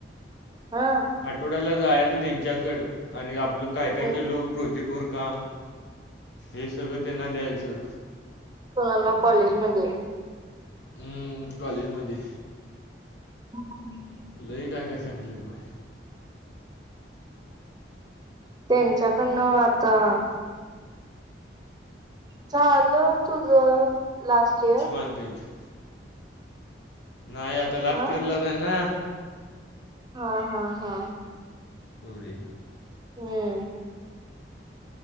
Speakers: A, on the right; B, on the left.
A: हा.
B: आठवड्याला जायच त्यांच्याकड आणि आपलं काय काय
A: हम्म
B: केलं प्रोजेक्टवर काम. हे सगळं त्यांना द्यायचं
A: कोणाला कॉलेजमध्ये
B: हम्म कॉलेजमध्ये
A: हो. <unintelligible>
B: लई काय काय सांगितलंय व्हय.
A: त्यांच्याकडनं आता झालं तुझ लास्ट इयर.
B: करगत. <unintelligible> नाही आता लास्ट
A: अ
B: इयरलाच आहे ना.
A: हा हा हा
B: पुरी
A: होय